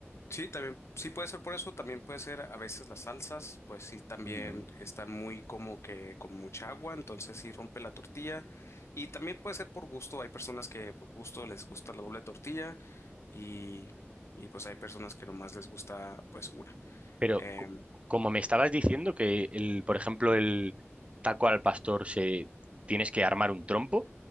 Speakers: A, on the left; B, on the right.
A: Sí, también, sí puede ser por eso, también puede ser a veces las salsas, pues sí, también
B: No.
A: están muy como que con mucha agua, entonces sí rompe la tortilla. Y también puede ser por gusto, hay personas que por gusto les gusta la doble tortilla y, y pues hay personas que nomás les gusta pues una.
B: Pero
A: Em,
B: co- como me estabas diciendo que el, por ejemplo, el taco al pastor se tienes que armar un trompo,